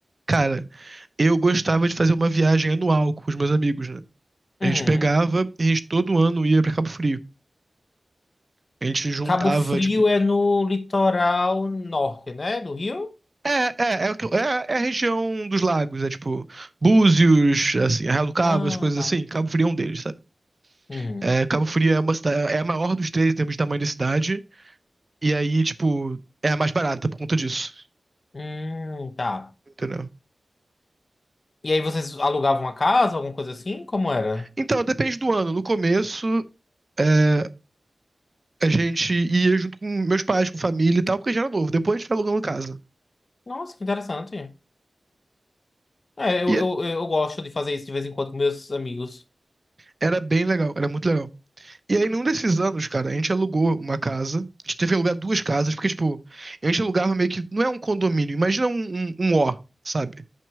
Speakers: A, on the right (about 40°); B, on the left (about 60°).
A: Cara, eu gostava de fazer uma viagem anual com os meus amigos, né? A
B: Uhum.
A: gente pegava e a gente todo ano ia pra Cabo Frio. A gente juntava,
B: Cabo Frio
A: tipo.
B: é no litoral norte, né? Do Rio?
A: É, é, é, o que- é, é a região dos lagos, é tipo Búzios, assim, Arraial do Cabo,
B: Ah,
A: as coisas
B: tá.
A: assim. Cabo Frio é um deles, sabe?
B: Uhum.
A: É, Cabo Frio é uma cidade, é a maior dos três em termos de tamanho da cidade, e aí, tipo, é a mais barata por conta disso,
B: Hum, tá.
A: entendeu?
B: E aí vocês alugavam uma casa, alguma coisa assim? Como era?
A: Então, depende do ano. No começo, é, a gente ia junto com meus pais, com família e tal, porque já era novo. Depois a gente foi alugando casa.
B: Nossa, que interessante. É, eu,
A: E
B: eu, eu gosto de fazer isso de vez em quando com meus amigos.
A: Era bem legal, era muito legal. E aí, num desses anos, cara, a gente alugou uma casa. A gente teve que alugar duas casas, porque, tipo, a gente alugava meio que. Não é um condomínio, imagina um, um, um O, sabe?